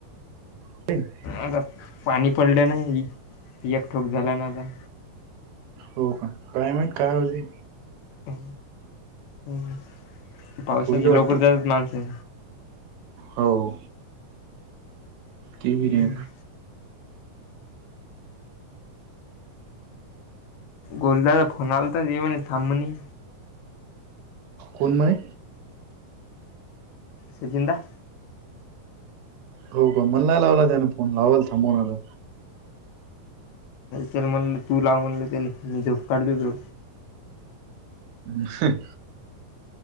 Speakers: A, on the right; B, on the left.
A: <unintelligible>
B: अग पाणी पडलं नाही एकठोक झाला ना आता.
A: हो का कायम आहेत काय होते.
B: ह हम. पावसाची
A: होईल वाटते
B: लवकर जातात माणसे.
A: हो ती बी
B: हम्म.
A: नाही
B: गोलद फोन आला तरच म्हणे थांबणी.
A: कोणमय?
B: स जिंददा.
A: हो का मला नाही लावला त्याने फोन लावावला थबवणार.
B: त्या म्हणल तू लाव म्हणलं त्या मी झोप काढते.
A: ह.